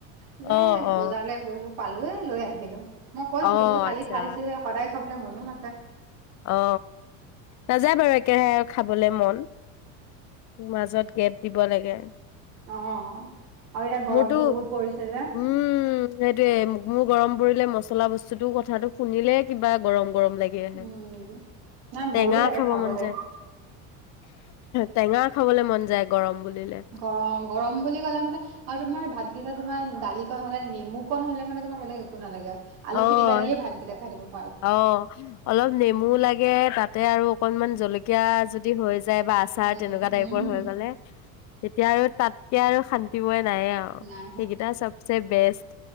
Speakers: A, on the right; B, on the left.
A: বোলে
B: অ অ
A: বজাৰলৈ গলো। পালো এ লৈ আহিলো মই কৈছিলো
B: অ
A: বোলো কালি
B: আচ্ছা
A: খাইছোহে সদায় খাবলৈ মনো নাযায়।
B: অ নাযায় বাৰু একেৰাহে খাবলে মন। মাজত গেপ দিব লাগে।
A: অ আৰু এতিয়া গৰমতটো
B: মোৰতো
A: বহুত পৰিছে যে।
B: উম, সেইটোয়ে ম মোৰ গৰম পৰিলে মচলা বস্তুতটো কথাটো শুনিলে কিবা গৰম গৰম লাগি আহে।
A: উম, নাই
B: টেঙা
A: ভয়ো লাগে
B: খাব
A: খাবলে
B: মন যায় টেঙা খাবলে মন যায় গৰম বুলিলে।
A: গৰং গৰম বুলি ক'লে মানে আৰু তোমাৰ ভাতকেইটা তোমাৰ দালিকণ হলে নেমু কণ হলে মানে তোমাৰ বেলেগ একো, একো নালাগে আলু
B: অ',
A: পিটিকা দিয়ে ভাতকেইটা খাই দিম।
B: অ অলপ নেমু লাগে তাতে আৰু জলকীয়া যদি হৈ যায় বা আচাৰ
A: হৈ
B: তেনেকুৱা
A: যায়
B: টাইপ।
A: উম,
B: পৰ হৈ গলে, তেতিয়া আৰু তাতকে আৰু শান্তিময় নাই আৰু
A: নাই নাই।
B: সেইকেইটা চবচে বেষ্ট।